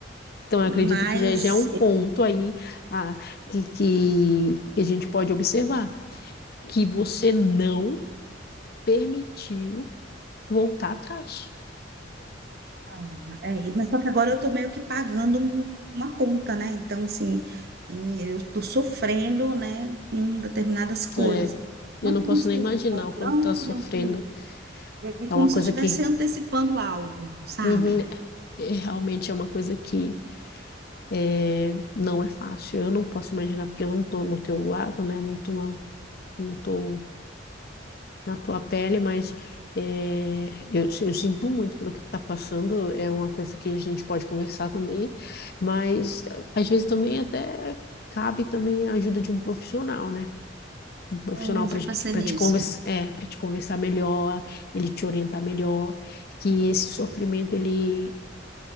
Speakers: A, on the left; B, on the right.
A: Então, eu
B: Mas,
A: acredito que já, já é um ponto aí ah, que, que, que a gente pode observar, que você não permitiu voltar atrás.
B: não, é, mas só que agora eu tô meio que pagando um- uma conta, né? Então, assim, eu, eu tô sofrendo, né, com determinadas coisas.
A: É,
B: Não
A: eu não
B: que
A: posso
B: não esteja
A: nem imaginar
B: bom,
A: o quanto
B: não
A: está
B: que
A: sofrendo.
B: não que... É é
A: É
B: como
A: uma
B: se
A: coisa
B: eu estivesse
A: que
B: antecipando algo, sabe?
A: uhum, é, realmente é uma coisa que é, não é fácil. Eu não posso imaginar, porque eu não estou no teu lado, né? Não estou não tô na tua pele, mas é, eu, eu sinto muito pelo que está passando, é uma coisa que a gente pode conversar também, mas às vezes também até cabe também a ajuda de um profissional, né? Um profissional
B: É, Eu
A: para
B: já pensei
A: para
B: nisso.
A: te conversar, é, para te conversar melhor, ele te orientar melhor, que esse sofrimento ele,